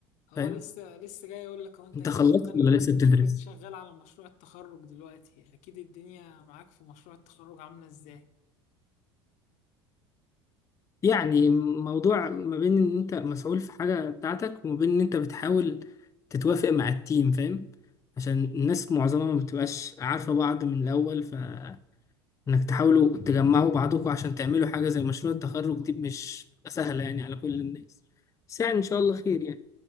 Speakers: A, on the left; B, on the left.
A: آه،
B: فاهم
A: لسه لسه جاي اقول لك هو انت
B: انت
A: اكيد
B: خلصت
A: شغال
B: ولا لسه بتدرس
A: اكيد شغال على مشروع التخرج دلوقتي اكيد الدنيا معاك في مشروع التخرج عاملة ازاي
B: يعني موضوع ما بين ان انت مسؤول في حاجة بتاعتك وما بين ان انت بتحاول تتوافق مع التيم فاهم عشان الناس معظمها ما بتبقاش عارفة بعض من الاول فانك تحاولوا تجمعوا بعضكم عشان تعملوا حاجة زي مشروع التخرج دي مش بتبقى سهلة يعني على كل الناس بس يعني ان شاء الله خير يعني